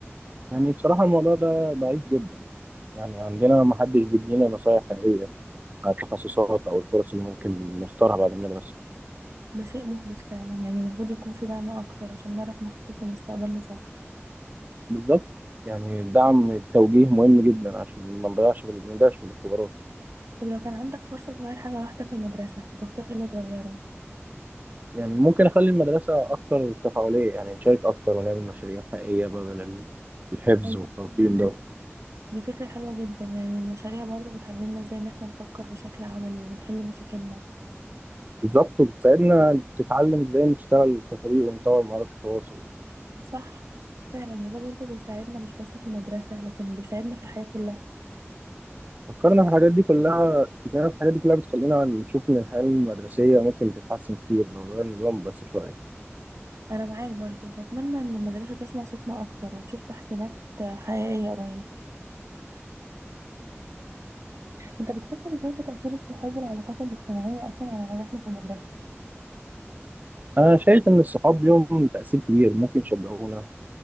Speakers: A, on the right; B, on the right.
A: يعني بصراحة الموضوع ده ضعيف جدا يعني عندنا ما حدش بيدينا نصايح حقيقية على التخصصات أو الفرص اللي ممكن نختارها بعد المدرسة
B: ده شيء محبط فعلا يعني المفروض يكون في دعم اكتر عشان نعرف نخطط لمستقبلنا صح
A: بالظبط يعني دعم التوجيه مهم جدا عشان ما نضيعش ما نضيعش في الاختبارات
B: طب لو كان عندك فرصة تغير حاجة واحدة في المدرسة هتختار ايه اللي تغيره
A: يعني ممكن أخلي المدرسة أكتر تفاعلية يعني نشارك أكتر ونعمل مشاريع حقيقية بدل ال- الحفظ
B: والله
A: والتلقين ده
B: دي فكرة حلوة جدا يعني المشاريع برضه بتعلمنا ازاي ان احنا نفكر بشكل عملي ونحل مشاكلنا
A: بالظبط وبتساعدنا تتعلم إزاي نشتغل كفريق ونطور مهارات التواصل
B: صح فعلا وده برضه بيساعدنا مش بس في المدرسة لكن بيساعدنا في الحياة كلها
A: فكرنا في الحاجات دي كلها فكرنا في الحاجات دي كلها بتخلينا نشوف إن الحياة المدرسية ممكن تتحسن كتير لو غير النظام بس شوية
B: انا معاك برضو واتمنى ان المدرسه تسمع صوتنا اكتر وتشوف تحسينات حقيقيه قريب انت بتفكر ازاي في تاثير الصحاب والعلاقات الاجتماعيه اصلا على نجاحنا في المدرسه
A: أنا شايف إن الصحاب ليهم تأثير كبير ممكن يشجعونا